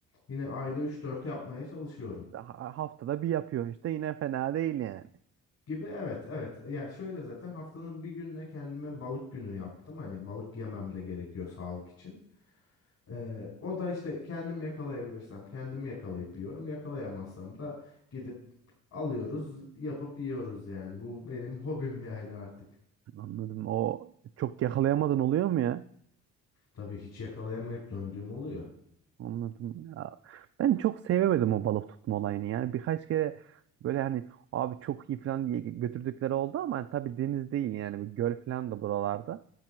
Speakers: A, on the left; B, on the right.
A: Yine ayda üç dört yapmaya çalışıyorum.
B: Ha- Haftada bir yapıyor işte yine fena değil yani.
A: Gibi evet evet. Ya şöyle zaten haftanın bir gününe kendime balık günü yaptım. Hani balık yemem de gerekiyor sağlık için. Ee, o da işte kendim yakalayabilirsem kendim yakalayıp yiyorum. Yakalayamazsam da gidip alıyoruz, yapıp yiyoruz yani. Bu benim <laughs> hobim yani artık.
B: Anladım o çok yakalayamadın oluyor mu ya?
A: Tabii hiç yakalayamayıp döndüğüm oluyor.
B: Anladım ya. Ben çok sevemedim o balık tutma olayını. Yani birkaç kere böyle hani abi çok iyi falan diye götürdükleri oldu ama hani tabii deniz değil yani bu göl falan da buralarda.